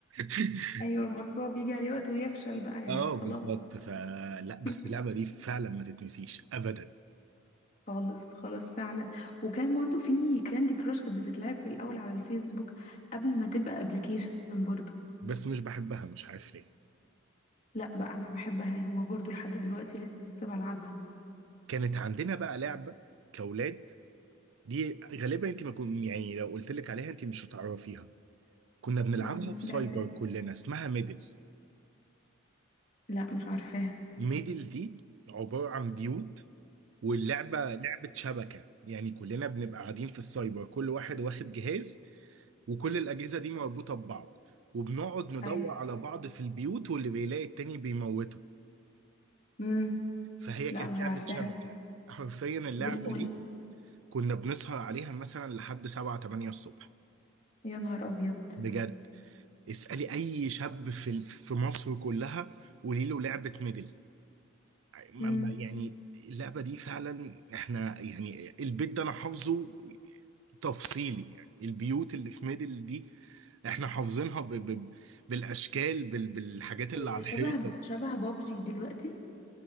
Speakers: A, on the right; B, on the left.
A: <laughs>
B: أيوة المشروع بيجي عليه وقت ويفشل بقى يعني
A: اه
B: خلاص
A: بالظبط فلا بس
B: <laughs>
A: اللعبة دي فعلا ما تتنسيش ابدا
B: خالص خالص فعلا وكان برضو في كاندي كراش كانت بتتلعب في الأول على الفيسبوك قبل ما تبقى ابلكيشن برضو
A: بس مش بحبها مش عارف ليه
B: لا بقى أنا بحبها هو برضو لحد دلوقتي لسه بلعبها
A: كانت عندنا بقى لعبة كأولاد دي غالبا انت ما كن يعني لو قلت لك عليها انت مش هتعرفيها كنا بنلعبها
B: مم.
A: في
B: لعبة
A: سايبر
B: ايه؟
A: كلنا اسمها ميدل
B: لا مش عارفاها
A: ميدل دي عبارة عن بيوت واللعبة لعبة شبكة يعني كلنا بنبقى قاعدين في السايبر كل واحد واخد جهاز وكل الأجهزة دي مربوطة ببعض وبنقعد ندور
B: امم
A: على بعض في البيوت واللي بيلاقي التاني بيموته
B: امم
A: فهي
B: لا
A: كانت
B: مش
A: لعبة
B: عارفاها
A: شبكة حرفيا اللعبة
B: وال وال
A: دي كنا بنسهر عليها مثلا لحد 7 8 الصبح
B: يا نهار ابيض
A: بجد اسألي اي شاب في ال- في مصر كلها قولي له لعبة ميدل ما-
B: امم
A: ما- يعني اللعبة دي فعلا احنا يعني البيت ده انا حافظه تفصيلي يعني البيوت اللي في ميدل دي احنا حافظينها ب ب بالاشكال بال بالحاجات
B: هي
A: اللي على الحيطة
B: شبه شبه بابجي دلوقتي